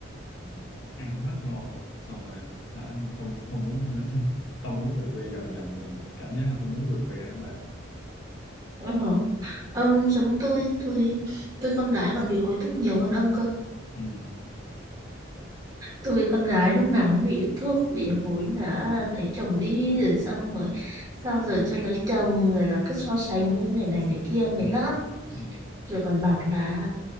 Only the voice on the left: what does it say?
ừ, ăn mất ngon luôn xong rồi hả, không không muốn <laughs> không muốn về quê dần dần mình cảm giác là không muốn về quê đó bạn
ừ.
Ừ.
Ừ.
Ừ.